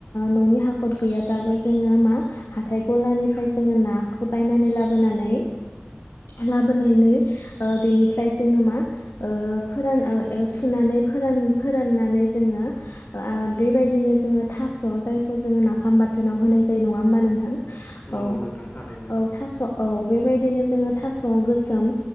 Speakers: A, on the left (about 80°); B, on the left (about 40°).
A: न'नि हाखर गैयाब्लाबो जोङो मा हाथाय गलानिफ्राय जोङो नाखौ बायनानै लाबोनानै-लाबोनानै बेनिफ्राय जोङो मा ओ फोरान सुनानै फोरान फोराननानै जोङो आ बेबायदिनो जोङो थास' जायखौ जोङो नाफाम बाथोनाव होनाय जायो नङा होमबा नोंथां औ
B: नंगौ नोंथां थारैनो
A: औ थास' औ बेबायदिनो जोङो थास' गोसोम